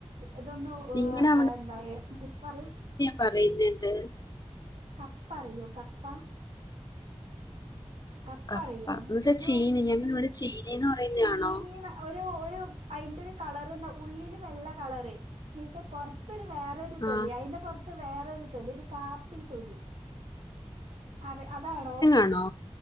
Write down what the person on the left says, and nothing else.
നിങ്ങളുടെ
പറെയുന്നുണ്ട്
കപ്പ എന്ന് വെച്ചാൽ
ചീനി ഞങ്ങൾ ഇവിടെ ചീനി എന്ന് പറയുന്നതാണോ
ആ
അണോ